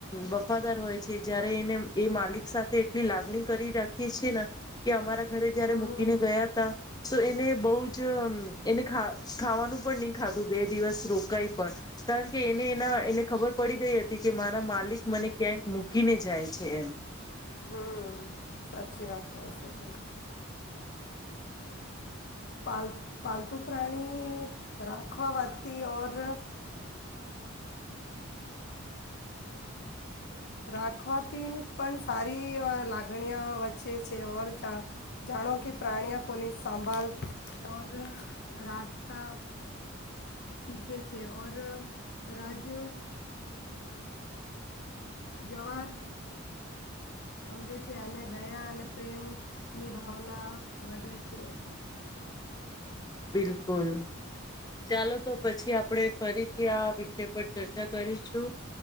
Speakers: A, on the left; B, on the left.
A: વફાદાર હોય છે જયારે એને એ માલિક સાથે એટલી લાગણી કરી રાખીએ છી કે અમારા ઘરે જયારે
B: હમ હમ
A: મૂકીને ગયા હતા તો એને બહ જ એનિખાવાનું પણ નહી ખાધું બે દિવસ રો કઈ પણ કારણ કે એને એના એને ખબર પડી ગઈ હતી કે મારા માલિક મને ક્યાંક મૂકીને જાય જાય છે એમ
B: હમ સાચી વાત ક છો તમે પાલુ પાલતુ પ્રાણી રાખવા વાતી ઓર રાખવાથી પણ સારી લાગણીઓ વચ્ચે છે ઓર જાણ પ્રાણઓ કોનિ સંભળ ઓર રાખતા સીખે છે ઓર રાજ્ય જવાર સમજે છે અને દયા અને પ્રેમ ની ભાવના વધે છે.
A: બિલકુલ. ચાલો તો પછી આપડે ફરીથી આ વિષય પર ચર્ચા કરીશું.